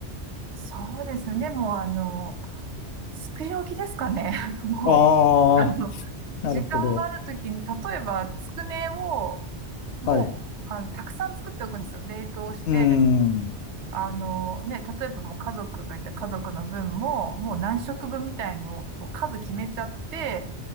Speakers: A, on the right; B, on the left.
A: そうですね。でも、あの、作り置きですかね。<laughs> もう、
B: ああ、
A: あの、
B: なるほど。
A: 時間があるときに、例えば、つくねを、もう、
B: はい。う
A: あの、たくさん作っておくんですよ。冷凍して、
B: ーん。
A: あの、ね、例えばもう家族がいて、家族の分も、もう何食分みたいのを、こう、数決めちゃって、